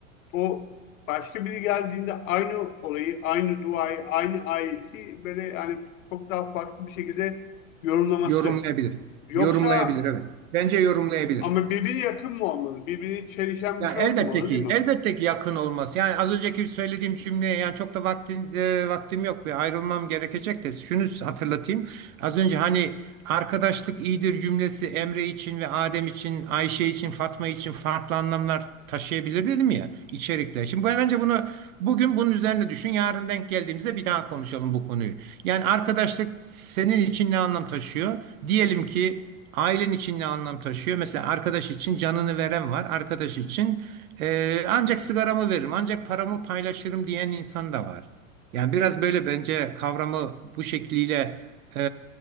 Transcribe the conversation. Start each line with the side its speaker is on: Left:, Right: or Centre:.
Left: o başka biri geldiğinde aynı olayı, aynı duayı, aynı ayeti böyle hani çok daha farklı bir şekilde yorumlaması.
Right: Yorumlayabilir.
Left: Yoksa
Right: Yorumlayabilir evet. Bence yorumlayabilir.
Left: ama birbirine yakın mı olmalı? Birbirine çelişen
Right: Ya
Left: bir şey
Right: elbette
Left: olmamalı
Right: ki,
Left: değil mi?
Right: elbette ki yakın olması. Yani az önceki söylediğim cümleye yani çok da vaktim, e, vaktim yok ve ayrılmam gerekecek de şunu hatırlatayım. Az önce hani arkadaşlık iyidir cümlesi Emre için ve Adem için, Ayşe için, Fatma için farklı anlamlar taşıyabilir dedim ya içerikler. Şimdi bu, bence bunu bugün bunun üzerine düşün. Yarın denk geldiğimizde bir daha konuşalım bu konuyu. Yani arkadaşlık senin için ne anlam taşıyor? Diyelim ki Ailen için ne anlam taşıyor? Mesela arkadaş için canını veren var. Arkadaş için e, ancak sigaramı veririm, ancak paramı paylaşırım diyen insan da var. Yani biraz böyle bence kavramı bu şekliyle e,